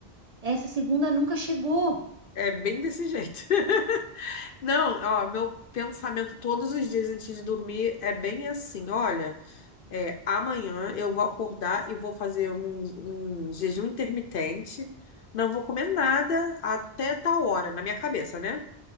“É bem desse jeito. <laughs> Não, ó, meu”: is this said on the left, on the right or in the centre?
Left